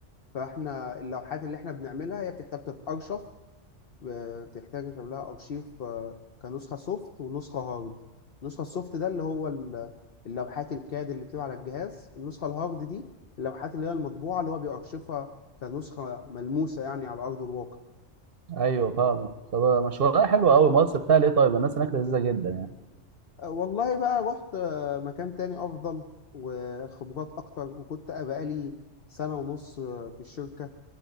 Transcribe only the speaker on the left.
فاحنا اللوحات اللي احنا بنعملها هي بتحتاج تتأرشف آه، بتحتاج يتعمل لها ارشيف آه، كنسخة سوفت ونسخة هارد النسخة السوفت ده اللي هو ال- اللوحات الكاد اللي بتبقى على الجهاز النسخة الهارد دي اللوحات اللي هي المطبوعة اللي هو بيأرشفها كنسخة ملموسة يعني على أرض الواقع
والله بقى رحت آه، مكان تاني افضل وخبرات اكتر وكنت بقالي سنة ونص آه، في الشركة